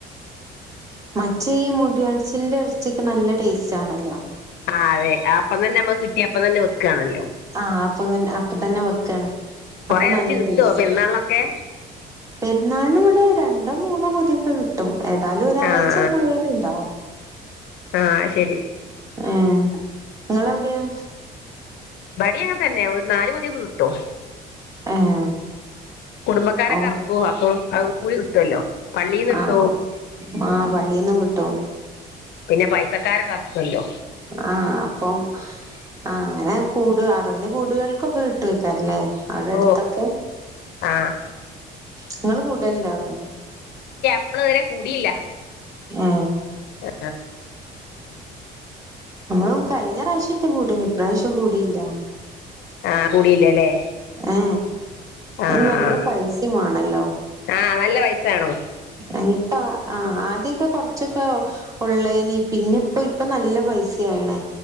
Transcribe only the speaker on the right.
മറ്റേ ഈ മുടി കൊഴിച്ചിലിൻ്റെ വച്ചേ നല്ല ടേസ്റ്റ് ആണല്ലോ
ആ അപ്പൊത്തന്നെ ആ അപ്പത്തന്നെ വെക്കാണ്
അപ്പം
നല്ല
ടേസ്റ്റ്
പെരുന്നാളിനിവിടെ ര ണ്ടോ മൂന്നോ പൊതിയൊക്കെ കിട്ടും ഏതായാലും ഒരാഴ്ച
എന്തായാലും ഇണ്ടാവും
ആ നിങ്ങളവിടെയാ
ഏഹ്
ഓ
ആ ആ പള്ളിന്നും കിട്ടും
ആ അപ്പോം ആ അങ്ങനെ കൂട് അറിവിന് കൂടുകൾക്കൊക്കെ കിട്ടും വയ്ക്കാറല്ലേ അവിടെടുത്തൊക്കെ
നിങ്ങള് കൂടുലുണ്ടാവലേ
ഏ
നമ്മളും കഴിഞ്ഞ പ്രാവശ്യത്തെ കൂടന് ഇപ്രാവശ്യം കൂടിയില്ല
ആ
നല്ല
പൈസയുംമാണല്ലോ
എന്താ ആ ആദ്യക്കെ കൊറച്ചൊക്കെള്ളൈന് പിന്നെ ഇപ്പൊ നല്ല പൈസയാ വീണേ